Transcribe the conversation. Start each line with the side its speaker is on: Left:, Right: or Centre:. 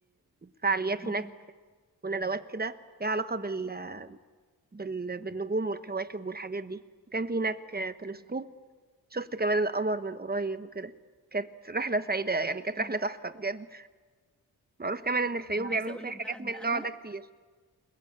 Right: فعاليات
Centre: مم،
Right: هناك وندوات كده ليها علاقة بال... بال... بالنجوم والكواكب والحاجات دي وكان في هناك آه، تلسكوب شفت كمان القمر من قريب وكده كانت رحلة سعيدة يعني كانت
Centre: مم.
Right: رحلة تحفة بجد معروف كمان إن الفيوم
Centre: أنا
Right: بيعملوا
Centre: عايزة أقول
Right: فيها
Centre: لك
Right: حاجات
Centre: بقى
Right: من
Centre: إن أنا
Right: النوع ده كتير